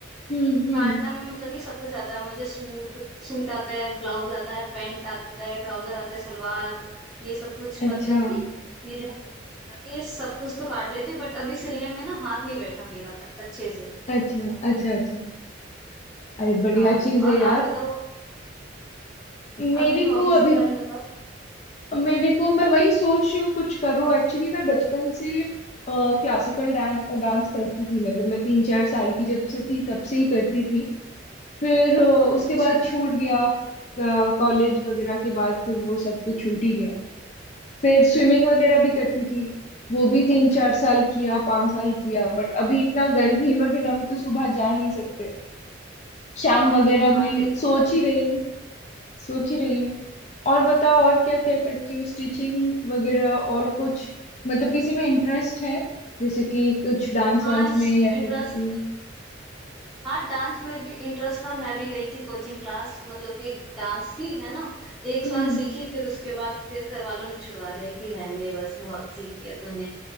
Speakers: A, on the left; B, in the centre.
A: हम्म हम्म
B: काटना में मतलब कि सब कुछ आता है मुझे सूट सूट आता है ब्लाउज आता है पैंट आता है ट्राउजर आता है सलवार ये सब कुछ
A: अच्छा
B: मतलब कि ये जित जाती है सब कुछ तो काट लेती बट अभी सिलने में ना हाथ नहीं बैठा मेरा अच्छे से
A: अच्छा अच्छा अच्छा अरे बढ़िया
B: हाँ
A: चीज
B: और
A: है यार
B: आप बताओ
A: मेरे
B: अपनी हॉबीज
A: को अभी
B: के बारे में बताओ
A: मेरे को मैं वही सोच रही हूँ कुछ करो एक्चुअली मैं बचपन से क्लासिकल डांस डांस करती थी मतलब मैं तीन चार साल की जब से थी तब से ही करती थी फिर अ, उसके
B: अच्छा
A: बाद छूट गया कॉलेज वगैरह के बाद फिर वो सब तो छूट ही गया फिर स्विमिंग वगैरह भी करती थी वो भी तीन चार साल किया पांच साल किया बट अभी इतना गर्मी <laughs> वगैरह में तो सुबह जा नहीं सकते शाम वगैरह
B: हाँ
A: में
B: ये
A: सोच
B: तो है
A: ही रही हूँ सोच ही रही हूँ और बताओ और क्या क्या करती हो स्टिचिंग वगैरह और कुछ मतलब किसी में इंटरेस्ट है जैसे कि कुछ डांस
B: हाँ
A: वांस में या
B: इंटरेस्ट
A: फिर किसी में
B: हाँ डांस में भी इंटरेस्ट था मैं भी गई थी कोचिंग क्लास मतलब कि डांस की है ना एक
A: हम्म
B: साल सीखी फिर उसके बाद फिर घर वालों ने छुड़वा दिया कि रहने दे बस बहुत सीख लिया तूने